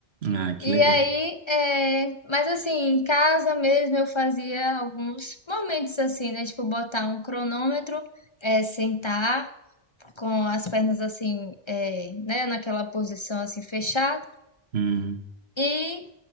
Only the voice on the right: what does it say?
Ah, que
legal.
Uhum,